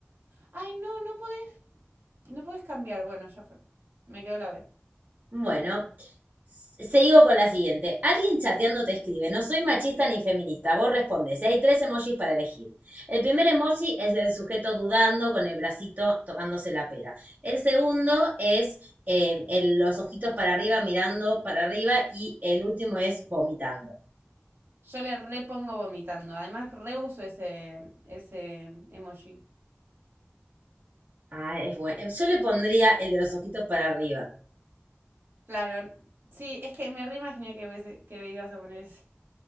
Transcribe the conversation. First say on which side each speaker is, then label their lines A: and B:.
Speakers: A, on the right; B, on the right.
A: Ay, no, no podés, no podés cambiar. Bueno, ya fue. Me quedó la B.
B: Bueno, s- sigo con la siguiente. Alguien chateando te escribe, no soy machista ni feminista. Vos respondes, y hay tres emojis para elegir. El primer emoji es el sujeto dudando con el bracito tocándose la pera. El segundo es eh, el- los ojitos para arriba mirando para arriba y el último es vomitando.
A: Yo le repongo vomitando. Además, reuso ese, ese emoji.
B: Ah, es bueno. Yo le pondría el de los ojitos para arriba.
A: Claro, sí, es que me reimaginé que, hubiese- que ibas a poner ese.